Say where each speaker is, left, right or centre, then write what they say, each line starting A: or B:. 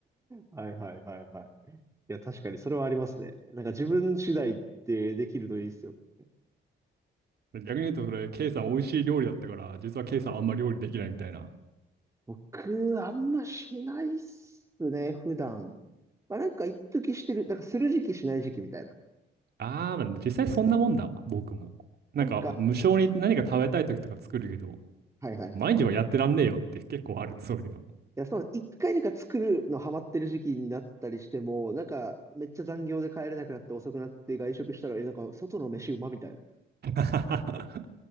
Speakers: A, on the right; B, on the right.
A: はいはいはいはい。いや、確かにそれはありますね。なんか自分次第ってできるといいっすよね
B: 逆に言うと、それ、ケイさん美味しい料理だったから、実はケイさんあんま料理できないみたいな
A: 僕、あんましないっすね、普段。まあなんか一時してる、なんかする時期しない時期みたいな。
B: ああ、まあ実際そんなもんだわ、僕も。なんか、
A: なんか、
B: 無償に何か食べたい時とか作るけど、
A: はいはいはいはい。
B: 毎日はやってらんねえよって結構ある、そういうの。
A: いや、そう、一回なんか作るのハマってる時期になったりしても、なんかめっちゃ残業で帰れなくなって遅くなって外食したら、え、なんか外の飯うまみたいな
B: <laughs>